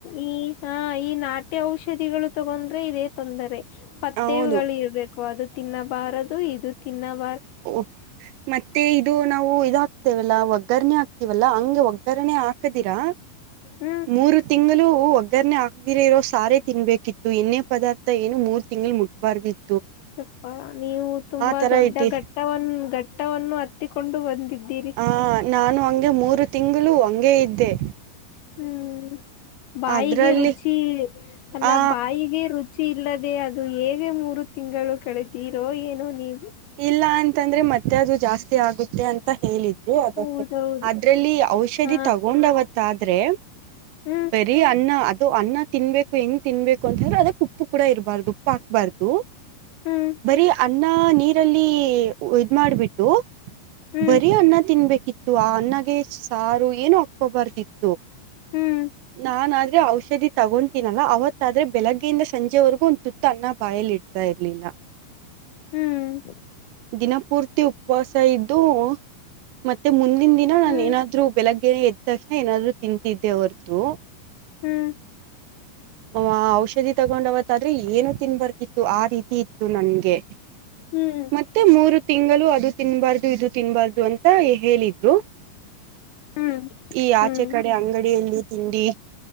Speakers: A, on the left (about 80°); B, on the right (about 80°).
A: ಈ ಹ ಈ ನಾಟಿ ಔಷಧಿಗಳು <unintelligible> <unintelligible> ತೊಂದರೆ ಪತೇವುಗಳು
B: ಹೌದು
A: ಇರ್ಬೇಕು ಅದು ತಿನ್ನಬಾರದು ಇದು ತಿನ್ನ <unintelligible>
B: ಓ <unintelligible> <unintelligible> ಇದು ನಾವು ಇದ ಹಾಕ್ತೇವಲ್ಲಾ ಒಗ್ಗರಣೆ ಹಾಕ್ತಿವಲ್ಲಾ ಹಂಗೆ ಒಗ್ಗರಣೆ ಹಾಕದಿರಾ
A: ಹ್ಮ್
B: ಮೂರು ತಿಂಗಳು ಒಗ್ಗರಣನೆೆ ಹಕ್ದಿರ ಇರೋ ಸಾರೆ ತಿನ್ಬೇಕಿತ್ ಎಣ್ಣೆ ಪದಾರ್ಥ ಏನು ಮೂರ್ ತಿಂಗಳು ಮುಟ್ಬಾರ್ದಿತ್
A: ಯಪ್ಪಾ ನೀವು ತುಂಬಾ
B: ತರ
A: ದೊಡ್ಡ
B: ಇಟ್ಟಿ
A: ಘಟ್ಟವನ್ ಘಟ್ಟವನ್ನು ಹತ್ತಿಕೊಂಡು ಬಂದಿದ್ದೀರಿ
B: ಆ ನಾನು ಹಗೆ ಮೂರು ತಿಂಗಳು ಹಂಗೇ ಇದ್ದೆ
A: ಹ್ಮ್ ಬಾಯಿಗೆ
B: ಅದ್ರಲ್ಲಿ
A: ರುಚಿ ಅಲ್ಲ
B: ಆ
A: ಬಾಯಿಗೆ ರುಚಿ ಇಲ್ಲದೆ ಅದು ಹೇಗೆ ಮೂರು ತಿಂಗಳು ಕಳಿತೀರೋ ಏನೋ ನೀವು
B: ಇಲ್ಲ ಅಂತಂದ್ರೆ ಮತ್ತೆ ಅದು ಜಾಸ್ತಿ ಆಗುತ್ತೆ ಅಂತ ಹೇಳಿದು ಅದ
A: ಹೌದೌದು
B: ಅದ್ರಲ್ಲಿ ಔಷಧಿ
A: ಹಾ
B: ತಗೊಂಡವತ್ತ ಆದ್ರೆ
A: ಹ್ಮ್
B: ಬರೀ ಅನ್ನ ಅದು ಅನ್ನ ತಿನ್ಬೇಕು ಹೆಂಗ್ ತಿನ್ಬೇಕು ಅಂತಂದ್ರೆ ಅದಕ್ ಉಪ್ಪು ಕೂಡ ಇರ್ಾರ್ದು ಉಪ್ಪು ಹಾಕ್ಬಾರ್ದು
A: ಹ್ಮ್
B: ಬರೀ ಅನ್ನ ನೀರಲ್ಲಿ ಇದ್ ಮಾಡಾಬಿಟ್ಟು
A: ಹ್ಮ್
B: ಬರೀ ಅನ್ನ ತಿನ್ಬೇಕಿತ್ತು ಆ ಅನ್ನಗೆ ಸಾರು ಏನು ಹಕ್ಕೋಬಾರ್ದಿತ್
A: ಹ್ಮ್
B: ನಾನ್ ಅ ಔಷಧಿ ತಗೊತೀನಲ್ಲ ಅವತ್ತಾದ್ರೆ ಬೆಳಗ್ಗೆಯಿಂದ ಸಂಜೆವರೆಗೂ ಒಂದು ತುತ್ತ ಅನ್ನ ಬಾಯಲ್ಲಿ ಇಡ್ತಾ ಇರ್ಲಿಲ್ಲ <unintelligible>
A: ಹ್ಮ್
B: ದಿನಪೂರ್ತಿ ಉಪವಾಸ ಇದ್ದು ಮತ್ತೆ ಮತ್ತೆ ಮುಂದಿನ ದಿನ ನಾನು
A: ಹ್ಮ್
B: ಏನಾದ್ರು ಬೆಳಗ್ಗೆ ಎದ್ದ ತಕ್ಷಣ ಏನಾದ್ರು ತಿಂತಿದ್ದೆ ಹೊರತು
A: ಹ್ಮ್
B: ಆ ಔಷಧಿ ತಗೊಂಡವತ್ತ ಆದ್ರೆ ಏನು ತಿನ್ಬರ್ಕಿತ್ತು ಆ ರೀತಿ ಇತ್ತು ನನ್ಗೆ
A: ಹ್ಮ್
B: ಮತ್ತೆ ಮೂರು ತಿಂಗಳು ಅದು ತಿನ್ಬಾರ್ದು ಇದು ತಿನ್ಬಾರ್ದು ಅಂತ ಹೇಳಿದ್ರು
A: ಹ್ಮ್
B: ಈ
A: ಹ್ಮ್
B: ಆಚೆ ಕಡೆ ಅಂಗಡಿಯಲ್ಲಿ ತಿಂಡಿ